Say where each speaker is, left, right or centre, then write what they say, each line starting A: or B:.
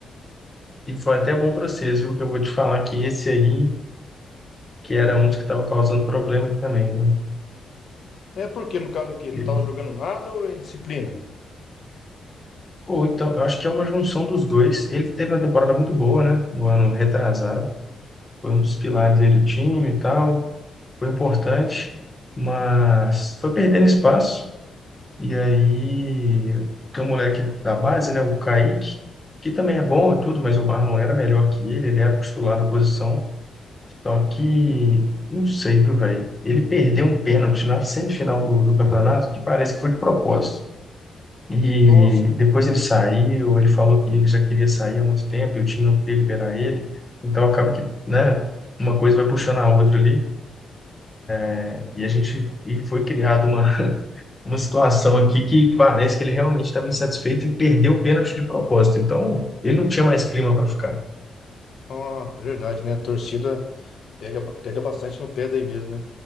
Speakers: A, on the left; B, on the left.
A: E foi até bom para vocês, viu? Que eu vou te falar que esse aí, que era um dos que estava causando problema aqui também, né?
B: É porque, no caso, que não
A: Ele-
B: tava jogando nada ou é indisciplina?
A: Ou então, eu acho que é uma junção dos dois. Ele teve uma temporada muito boa, né? No ano retrasado. Foi um dos pilares aí do time e tal. Foi importante, mas foi perdendo espaço. E aí, tem um moleque da base, né? O Kaique, que também é bom e tudo, mas o Marlon era melhor que ele. Ele era o titular da posição. Só que, não sei, viu, velho? Ele perdeu um pênalti na semifinal do, do campeonato que parece que foi de propósito. E
B: Nossa.
A: depois ele saiu, ele falou que ele já queria sair há muito tempo e o time não podia liberar ele. Então acaba que, né, uma coisa vai puxando a outra ali. né, E a gente e foi criada uma, <laughs> uma situação aqui que parece que ele realmente estava insatisfeito e perdeu o pênalti de propósito. Então ele não tinha mais clima para ficar.
B: Ah, verdade, né? A torcida pega, pega bastante no pé daí mesmo, né?